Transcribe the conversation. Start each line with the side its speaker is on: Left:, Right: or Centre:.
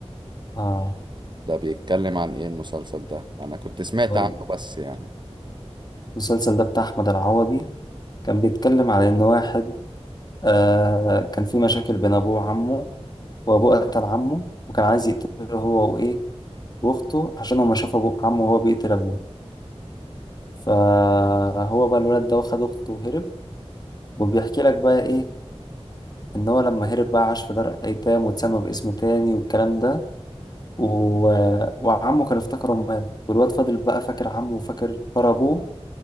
Left: آه.
Right: ده بيتكلم عن ايه المسلسل ده انا كنت سمعت
Left: هو
Right: عنه بس يعني
Left: المسلسل ده بتاع أحمد العوضي كان بيتكلم على إن واحد آه كان في مشاكل بين أبوه وعمه وأبوه قتل عمه وكان عايز يقتله هو وإيه وأخته عشان هو ما شاف أبوه عمه وهو بيقتل أبوه فهو بقى الولد ده واخد أخته وهرب وبيحكي لك بقى إيه إن هو لما هرب بقى عاش في دار أيتام واتسمى باسم تاني والكلام ده و... وعمه كان افتكره مات والواد فضل بقى فاكر عمه وفاكر ترى أبوه